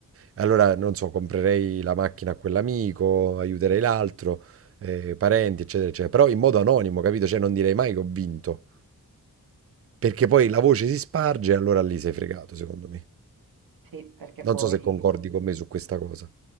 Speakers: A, on the right (about 40°); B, on the right (about 85°).
A: Allora, non so, comprerei la macchina a quell'amico, aiuterei l'altro, eh, parenti, eccetera, eccetera, però in modo anonimo, capito? Cioè, non direi mai che ho vinto, perché poi la voce si sparge e allora lì sei fregato, secondo me.
B: sì, perché poi
A: Non so se concordi con me su questa cosa.